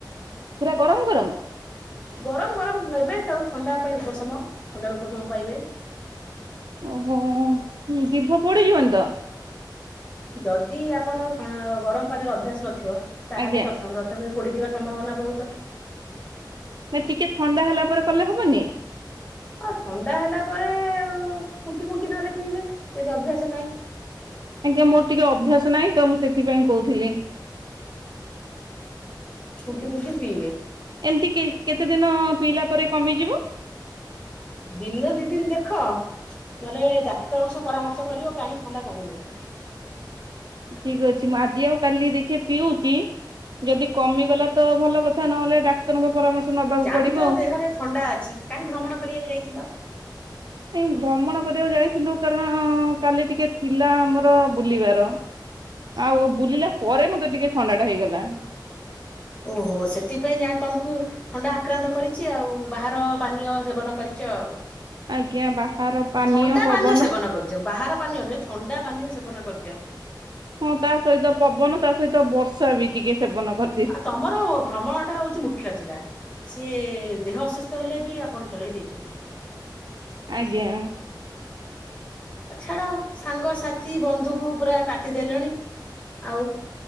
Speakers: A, on the right; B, on the left.
A: ପୁରା ଗରମ ଗରମ।
B: ଗରମ ଗରମ ନେବେ ତାଉ ଥଣ୍ଡା ପାଇଁ ଉପଶମ ଥଣ୍ଡାରୁ ଉପଶମ ପାଇବେ।
A: ଉଁ ହୁଁ ଜିଭ ପଡ଼ିଯିବନି ତ।
B: ଯଦି ଆପଣ ଗରମ ପାଣିର ଅଭ୍ୟାସ ନଥିବ ତାହେଲେ
A: ଆଜ୍ଞା
B: ପ୍ରଥମ ତମେ ପୋଡିଯିବାର ସମ୍ଭାବନା ବହୁତ।
A: ନା ଟିକେ ଥଣ୍ଡା ହେଲା ପରେ କଲେ ହବନି?
B: ହଁ ଥଣ୍ଡା ହେଲା ପରେ ଫୁଙ୍କି ଫୁଙ୍କି ନହେଲେ ପିଇବେ ଯଦି ଅଭ୍ୟାସ ନାହିଁ।
A: ଆଜ୍ଞା ମୋର ଟିକେ ଅଭ୍ୟାସ ନାହିଁ ତ, ମୁଁ ସେଥିପାଇଁ କହୁଥିଲି।
B: ଫୁଙ୍କି ଫୁଙ୍କି ପିିଇବେ।
A: ଏମିତି କେତେ ଦିନ ପିଇଲା ପରେ କମିଯିବ?
B: ଦିନେ ଦି ଦିନ ଦେଖ। ନହେଲେ ଡାକ୍ତରଙ୍କ ସହ ପରାମର୍ଶ କରିବ କାହିଁ ଥଣ୍ଡା କମୁନାହିଁ।
A: ଠିକ ଅଛି, ମୁଁ ଆଜି ଆଉ କାଲି ଦେଖି ପିଉଛି। ଯଦି କମିଗଲା ତ ଭଲ କଥା, ନହେଲେ ଡାକ୍ତରଙ୍କ ପରାମର୍ଶ ନବାକୁ
B: ଜାଣିଛ
A: ପଡିବ ଆଉ।
B: ଦେହରେ ଥଣ୍ଡା ଅଛି କାହିଁ ଭ୍ରମଣ କରିବାକୁ ଯାଇଥିଲ।
A: ନାଇ ଭ୍ରମଣ କରିବାକୁ ଯାଇଥିଲୁ କାରଣ କାଲି ଟିକେ ଥିଲା ଆମର ବୁଲିବାର। ଆଉ ବୁଲିଲା ପରେ ମତେ ଟିକେ ଥଣ୍ଡା ଟା ହେଇଗଲା।
B: ଓହୋ ସେଥିପାଇଁ ଜାଣ ତମକୁ ଥଣ୍ଡା ଆକ୍ରାନ୍ତ କରିଛି ଆଉ ବାହାର ପାନୀୟ ସେବନ କରିଛ ଆଉ।
A: ଆଜ୍ଞା ବାହାର ପାନୀୟ
B: ଥଣ୍ଡା
A: ପବନ
B: ପାନୀୟ ସେବନ କରିଚ, ବାହାର ପାନୀୟ ନୁହେଁ ଥଣ୍ଡା ପାନୀୟ ସେବନ କରିଚ।
A: ହଁ ତା ସହିତ ପବନ ତା ସହିତ ବର୍ଷା ବି ଟିକେ ସେବନ କ
B: ଆ ତମର ଭ୍ରମଣଟା ହଉଛି ମୁ ମୁଖ୍ୟ ଥିଲା ସିଏ ଦେହ ଅସୁସ୍ଥ ହେଲେ ବି ଆପଣ ଚଳେଇ ଦେଇଛନ୍ତି।
A: ଆଜ୍ଞା।
B: ଆ ଛାଡ ସାଙ୍ଗସାଥି ବନ୍ଧୁକୁ ପୁରା କାଟିଦେଲେଣି। ଆଉ